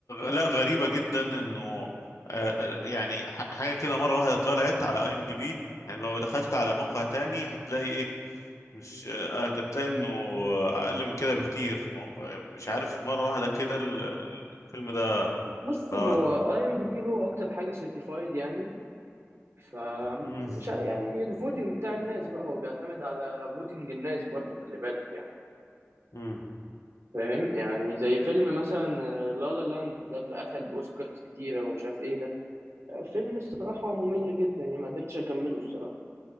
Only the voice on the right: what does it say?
بص
هو
اي ام دي بي هو اكتر حاجه سيرتيفايد يعني ف
مش ع- يعني الفوتنج بتاع الناس بقى هو بيعتمد على فوتنج الناس برضو خلي بالك يعني
فاهم يعني زي فيلم مثلا آه، لا لا لاند ده اللي اخد اوسكارز كتيره ومش عارف ايه ده آه، فيلم الصراحه ممل جدا يعني ما قدرتش اكمله الصراحه